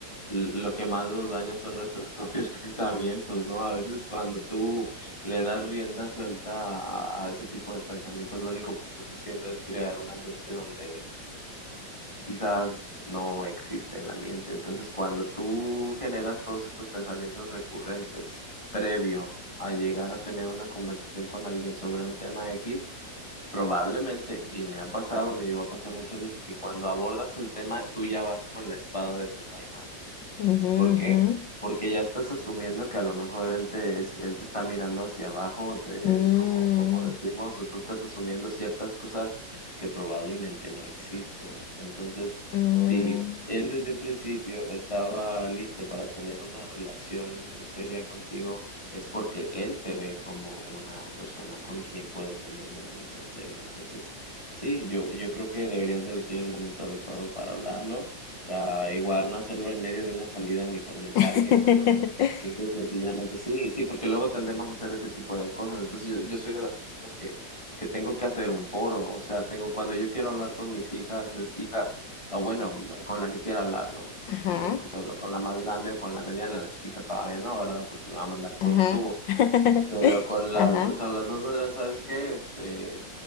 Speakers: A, on the left; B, on the left.
A: lo que más nos daña son nuestros <laughs> propios pensamientos, ¿no? A veces cuando tú le das rienda suelta a, a ese tipo de pensamientos, lo único que estás haciendo es crear un ambiente donde quizás no existe el ambiente. Entonces, cuando tú generas todos estos pensamientos recurrentes previo a llegar a tener una conversación con alguien sobre un tema X, probablemente, y me ha pasado, me llegó a pasar muchas veces, que cuando abordas el tema, tú ya vas con la espada desenvainada.
B: Ujú,
A: ¿Por qué? Porque ya estás asumiendo que a lo mejor él te, es- él te está mirando hacia abajo, o te,
B: ujú. Mm,
A: como, como decimos, o tú estás asumiendo ciertas cosas que probablemente no existen. Entonces,
B: mm.
A: si él desde un principio estaba listo para tener una relación seria contigo, es porque él te ve como una persona con quien puede tener una relación seria. Entonces, sí, yo, yo creo que deberías de elegir el momento adecuado para hablarlo o sea, igual no hacerlo en medio de una salida ni por mensaje,
B: <laughs>
A: sino simple y sencillamente sí, sí, porque luego tendemos a hacer ese tipo de cosas. Entonces yo, yo soy de las personas que, que tengo que hacer un foro, o sea, tengo, cuando yo quiero hablar con mis hijas, es hija, o bueno, con la que quiera hablar, ¿no?
B: Ajá.
A: Con, la que solo- con la más grande o con la mediana, la chiquita todavía no, ¿verdad? Porque me va a mandar por
B: Ajá.
A: un tubo.
B: <laughs>
A: Pero con las,
B: Ajá,
A: con las dos maderas, ¿sabes qué? Este,